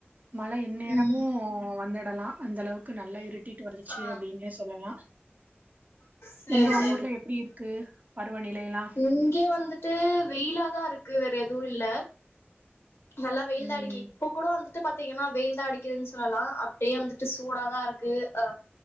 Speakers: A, on the right; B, on the left.
A: மழ எந்நேரமு
B: ம்
A: வந்துடலா அந்த அளவுக்கு நல்லா இருட் இருட்டிட்டு வந்துச்சு
B: ஆ
A: அப்டின்னே சொல்லலா
B: சேரி
A: உங்க
B: சேரி
A: ஊர்ல எப்டி இருக்கு பருவநிலைல்லா
B: இங்க வந்துட்டு வெயிலாதா இருக்கு வேற எதுவு இல்ல நல்லா வெயில்தா
A: ம்.
B: அடிக்கு இப்போ கூட வந்துட்டு பாத்தீங்கன்னா வெயில்தா அடிக்குதுன்னு சொல்லலா அப்டியே வந்துட்டு சூடாதா இருக்கு ஆ